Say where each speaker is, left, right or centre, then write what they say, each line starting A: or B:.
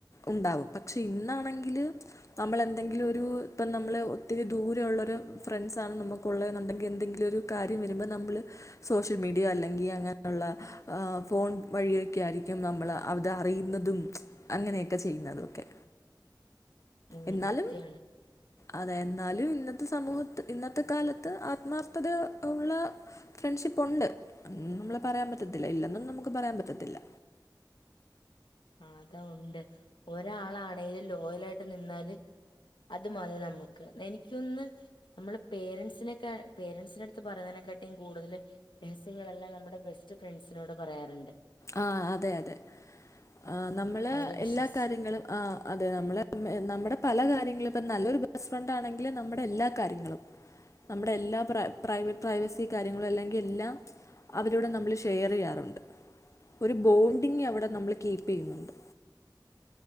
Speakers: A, on the left (about 40°); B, on the left (about 80°).
A: ഉണ്ടാവും പക്ഷെ ഇന്നാണെങ്കില് നമ്മൾ എന്തെങ്കിലും ഒരു ഇപ്പം നമ്മള് ഒത്തിരി ദൂരെ ഉുള്ളരു ഫ്രണ്ട്സാണ് നമുക്ക് ഉള്ളേന്ന് ഉണ്ടെങ്കിൽ എന്തെങ്കിലും ഒരു കാര്യം വരുമ്പോൾ നമ്മള് സോഷ്യൽ മീഡിയ അല്ലെങ്കിൽ അങ്ങനെയുള്ള ഫോൺ വഴിയൊക്കെ ആയിരിക്കും നമ്മൾ അത് അറിയുന്നതും അങ്ങനെയൊക്കെ ചെയ്യുന്നതുവൊക്കെ
B: ഉം
A: എന്നാലും
B: സത്യാണ്
A: അതെ എന്നാലും ഇന്നത്തെ സമൂഹത്ത് ഇന്നത്തെ കാലത്ത് ആത്മാർഥത ഉള്ള ഫ്രണ്ട്ഷിപ്പ് ഉണ്ട് നമ്മള് പറയാൻ പറ്റത്തില്ല ഇല്ലെന്നൊന്നും നമുക്ക് പറയാൻ പറ്റത്തില്ല
B: അതാ ഉണ്ട് ഒരാളാണേലും ലോയല് ആയിട്ട് നിന്നാല് അതു മതി നമ്മുക്ക് എനിക്കൊന്ന് നമ്മള് പേരൻസിനൊക്കെ പേരൻസിന് അടുത്ത് പറയുന്നതിനെക്കാട്ടിയും കൂടുതല് രഹസ്യങ്ങളെല്ലാം നമ്മുടെ ബെസ്റ്റ് ഫ്രണ്ട്സിനോട് പറയാറുണ്ട്
A: ആഹ് അതെ അതെ ആഹ് നമ്മള്
B: അവരെ വിശ്വസിച്ച്
A: എല്ലാ കാര്യങ്ങളും ആഹ് അതെ നമ്മള് നമ്മുടെ പല കാര്യങ്ങളും ഇപ്പൊ നല്ലൊരു ബെസ്റ്റ് ഫ്രണ്ട് ആണെങ്കിൽ നമ്മുടെ എല്ലാ കാര്യങ്ങളും നമ്മുടെ എല്ലാ പ്ര പ്രൈവ പ്രൈവസിം കാര്യങ്ങളും അല്ലെങ്കിൽ എല്ലാ അവരോട് നമ്മൾ ഷെയറ് ചെയ്യാറുണ്ട് ഒരു ബോണ്ടിങ് അവിടെ നമ്മൾ കീപ്പ് ചെയ്യുന്നുണ്ട്